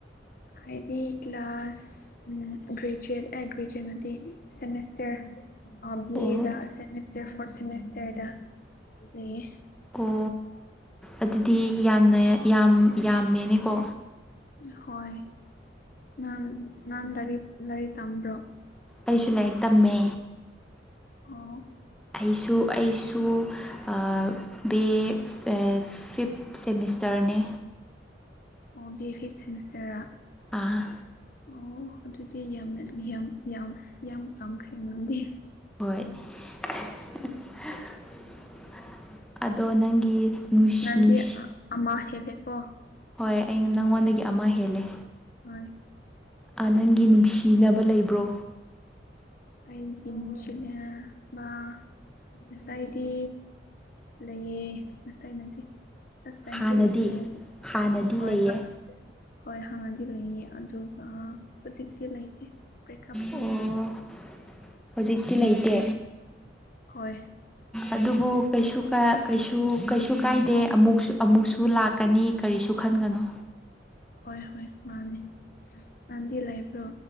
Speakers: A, on the left; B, in the centre.
A: ꯑꯩꯗꯤ ꯀ꯭ꯂꯥꯁ ꯎꯝ ꯒ꯭ꯔꯦꯖꯌꯣꯏꯠ ꯑꯦ ꯒ꯭ꯔꯦꯖꯌꯣꯏꯠ ꯅꯠꯇꯦ ꯁꯦꯃꯤꯁꯇꯔ ꯑ ꯕꯤ
B: ꯑꯣ
A: ꯑꯦꯗ ꯁꯦꯃꯦꯁꯇꯔ ꯐꯣꯔꯠ ꯁꯦꯃꯤꯁꯇꯔꯗ ꯂꯩꯌꯦ
B: ꯑꯣ ꯑꯗꯨꯗꯤ ꯌꯥꯝꯅ ꯌꯥꯝ ꯌꯥꯝꯃꯦꯅꯦꯀꯣ
A: ꯍꯣꯏ ꯅꯪ ꯅꯪ ꯂꯥꯏꯔꯤ ꯂꯥꯏꯔꯤꯛ ꯇꯝꯕ꯭ꯔꯣ
B: ꯑꯩꯁꯨ ꯂꯥꯏꯔꯤꯛ ꯇꯝꯃꯦ
A: ꯑꯣ
B: ꯑꯩꯁꯨ ꯑꯩꯁꯨ ꯑꯥ ꯕꯤꯑꯦ ꯐꯤꯞ ꯁꯦꯃꯤꯁꯇꯔꯅꯦ
A: ꯑꯣ ꯕꯤ ꯑꯦ ꯐꯤꯞ ꯁꯦꯃꯤꯁꯇꯔꯔꯥ
B: ꯑꯥ
A: ꯑꯣ ꯑꯗꯨꯗꯤ ꯌꯥꯝ ꯌꯥꯝ ꯌꯥꯝ ꯌꯥꯝ ꯇꯝꯈ꯭ꯔꯦ ꯑꯗꯨꯗꯤ
B: ꯍꯣꯏ <unintelligible> ꯑꯗꯣ ꯅꯪꯒꯤ ꯅꯨꯡꯁꯤ
A: ꯅꯪꯗꯤ
B: ꯅꯨꯡꯁꯤ
A: ꯑꯃ ꯍꯦꯜꯂꯦꯀꯣ
B: ꯍꯣꯏ ꯑꯩꯅ ꯅꯪꯉꯣꯟꯗꯒꯤ ꯑꯃ ꯍꯦꯜꯂꯦ
A: ꯍꯣꯏ
B: ꯑꯥ ꯅꯪꯒꯤ ꯅꯨꯡꯁꯤꯅꯕ ꯂꯩꯕ꯭ꯔꯣ
A: ꯑꯩꯗꯤ ꯅꯨꯡꯁꯤꯅ ꯕꯥ ꯑꯁ ꯑꯩꯗꯤ ꯂꯩꯌꯦ ꯉꯁꯥꯏꯅꯗꯤ ꯐꯔꯁ ꯇꯥꯏꯝꯗꯤ
B: ꯍꯥꯟꯅꯗꯤ
A: ꯂꯩꯌꯦ
B: ꯍꯥꯟꯅꯗꯤ
A: ꯍꯣꯏ
B: ꯂꯩꯌꯦ
A: ꯍꯣꯏ ꯍꯥꯟꯅꯗꯤ ꯂꯩꯌꯦ ꯑꯗꯨꯒ ꯍꯧꯖꯤꯛꯇꯤ ꯂꯩꯇꯦ ꯕꯔꯦꯛ ꯑꯞ ꯇꯧꯈ꯭ꯔꯦ
B: ꯑꯣ ꯍꯧꯖꯤꯛꯇꯤ ꯂꯩꯇꯦ
A: ꯍꯣꯏ
B: ꯑꯗꯨꯕꯨ ꯀꯩꯁꯨ ꯀꯥ ꯀꯩꯁꯨ ꯀꯩꯁꯨ ꯀꯥꯏꯗꯦ ꯑꯃꯨꯛꯁꯨ ꯑꯃꯨꯛꯁꯨ ꯂꯥꯛ ꯀꯅꯤ ꯀꯔꯤꯁꯨ ꯈꯟꯒꯅꯨ
A: ꯍꯣꯏ ꯍꯣꯏ ꯃꯥꯅꯤ ꯅꯟꯗꯤ ꯂꯩꯕ꯭ꯔꯣ